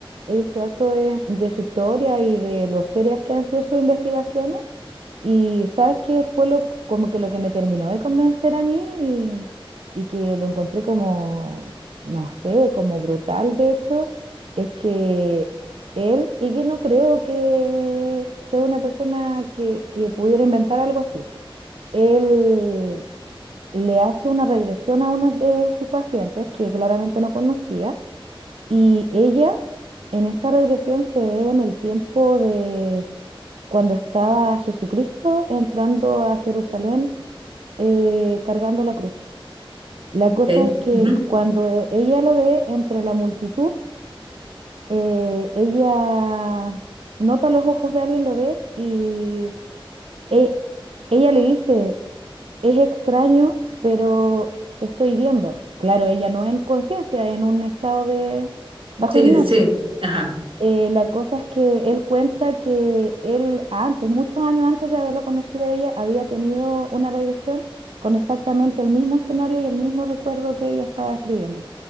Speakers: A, on the right (about 85°); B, on the right (about 70°).
A: he visto harto de, de su historia y de lo serias que han sido sus investigaciones, y sabes qué fue lo como que lo que me terminó de convencer a mí y, y que lo encontré como, no sé, como brutal de hecho, es que él, y que no creo que sea una persona que, que pudiera inventar algo así. Él le hace una regresión a una de sus pacientes que claramente no conocía y ella en esa regresión se ve en el tiempo de cuando estaba Jesucristo entrando a Jerusalén eh, cargando la cruz. La
B: Okay.
A: cosa es que
B: ujú.
A: cuando eh, ella lo ve entre la multitud, eh, ella nota los ojos de alguien, lo ve y e- ella le dice, Es extraño, pero te estoy viendo. Claro, ella no en conciencia, en un estado de bajo
B: Sí,
A: hipnosis.
B: sí, ajá,
A: Eh, la cosa es que él cuenta que él antes, muchos años antes de haberla conocido a ella, había tenido una regresión con exactamente el mismo escenario y el mismo recuerdo que ella estaba describiendo,